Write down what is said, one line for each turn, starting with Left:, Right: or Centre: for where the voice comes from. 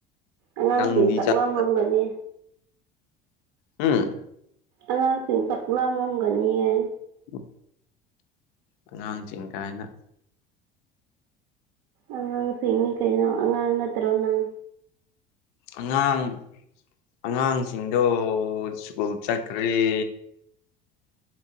Right: ꯑꯉꯥꯡꯁꯤꯡ
Left: ꯅꯪꯗꯤ
Right: ꯆꯥꯛꯂꯝꯂꯝꯒꯅꯤ
Left: ꯆꯥꯕꯗ ꯎꯝ
Right: ꯑꯉꯥꯡꯁꯤꯡ ꯆꯥꯛ ꯂꯥꯝꯂꯝꯒꯅꯤꯌꯦ
Left: ꯎꯝ ꯑꯉꯥꯡꯁꯤꯡ ꯀꯥꯏꯅ
Right: ꯑꯉꯥꯡꯁꯤꯡꯅꯤ ꯀꯩꯅꯣ ꯑꯉꯥꯡ ꯅꯠꯇ꯭ꯔꯣ ꯅꯪ
Left: ꯑꯉꯥꯡ ꯑꯉꯥꯡꯁꯤꯡꯗꯣ ꯁ꯭ꯀꯨꯜ ꯆꯠꯈ꯭ꯔꯦ